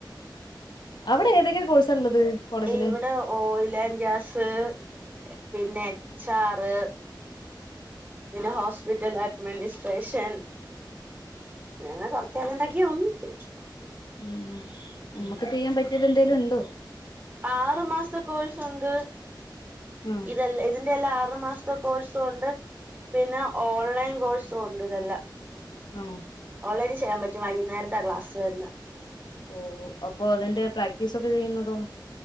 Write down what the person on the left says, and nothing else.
അവിടെ ഏതൊക്കെയെ കോഴ്സ ഉള്ളത് കോളേജില്
ഉം നമ്മക്ക്
ചെയ്യാൻ പറ്റിയത് എന്തേലും ഉണ്ടോ
ഉം
ആണോ
ഓ അപ്പോ അതിന്റെ പ്രാക്ടീസ് ഒക്കെ ചെയ്യുന്നതോ